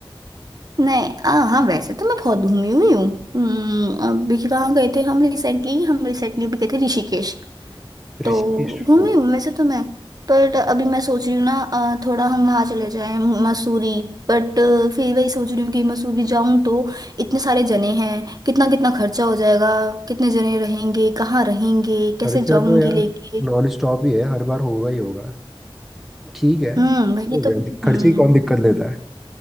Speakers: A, on the right; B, in the centre.
A: नहीं आ, हाँ वैसे तो मैं बहुत घूमी हुई हूँ हम्म, अभी कहाँ गए थे हम रिसेंटली हम रिसेंटली भी गए थे ऋषिकेश तो
B: ऋषिकेश
A: घूमी
B: वाह
A: हूँ वैसे तो मैं पर अभी मैं सोच रही हूँ ना आ, थोड़ा हम वहाँ चले जाएं मसूरी बट फिर वही सोच रही हूँ कि मसूरी जाऊँ तो इतने सारे जने हैं कितना कितना खर्चा हो जाएगा कितने जने रहेंगे कहाँ रहेंगे कैसे
B: खर्चा
A: जाऊंगी
B: तो यार
A: लेके
B: नॉन स्टॉप ही है हर बार होगा ही होगा ठीक है
A: हम्म
B: हो
A: वही
B: गया,
A: तो
B: दिक- खर्चे
A: हम्म
B: की कौन दिक्कत लेता है